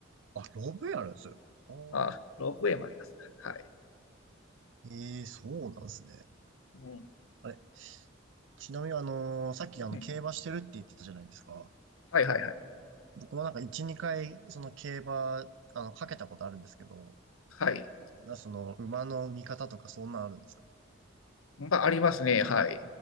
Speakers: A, on the right; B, on the left.
A: あ、ロブやるんですよ。
B: あ、
A: あ
B: ロープウェイもあります。はい。
A: ーええそうなんですね。
B: うん。
A: あれ、ちなみにあのーさっきあの、
B: うん。
A: 競馬してるって言ってたじゃないですか。
B: はいはいはい。
A: 僕もなんか1、2回、その競馬、あの、かけたことあるんですけど、
B: はい。
A: な、その、馬の見方とかそんなんあるんですか
B: まあ、ありますね。はい。い